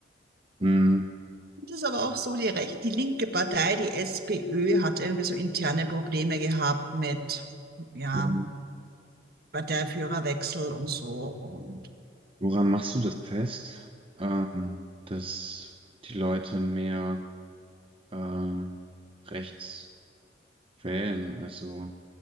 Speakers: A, on the right; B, on the right.
A: Hm.
B: Und Es ist aber auch so, die Recht, die linke Partei, die SPÖ, hat irgendwie so interne Probleme gehabt mit, ja,
A: Ähm,
B: Parteiführerwechsel und so und
A: Woran machst du das fest, ähm, dass die Leute mehr ähm, rechts wählen? Also